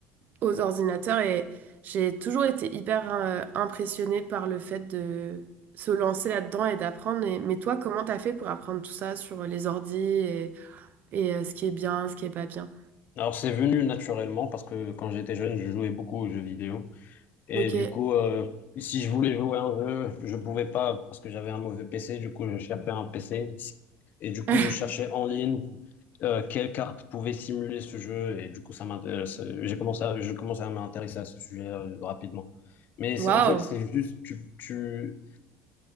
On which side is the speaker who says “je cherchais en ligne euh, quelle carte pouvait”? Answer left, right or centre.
Left